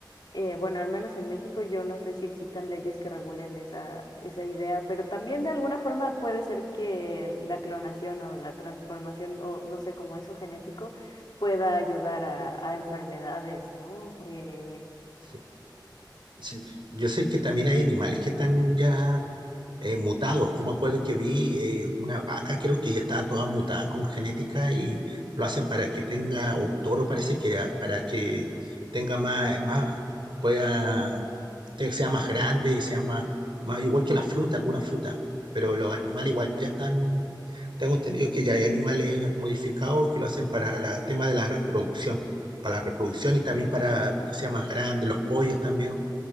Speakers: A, on the left; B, on the right.
A: Eh, bueno, al menos en México yo no sé si existan leyes que regulen esa, esa idea, pero también de alguna forma puede ser que la clonación o la transformación o no sé, como eso genético pueda ayudar a, a enfermedades, ¿no? Eh,
B: Sí, sí. Yo sé que también hay animales que están ya eh, mutados. Yo me acuerdo que vi eh, una vaca, creo que ya estaba toda mutada con genética y lo hacen para que tenga, o un toro parece que era, para que tenga más, más pueda, te- sea más grande, sea más, más, igual que la fruta, algunas frutas. Pero los animales igual ya están, tengo entendido que ya hay animales modificados que lo hacen para la- el tema de la reproducción, para la reproducción y también para que sea más grande, los pollos también.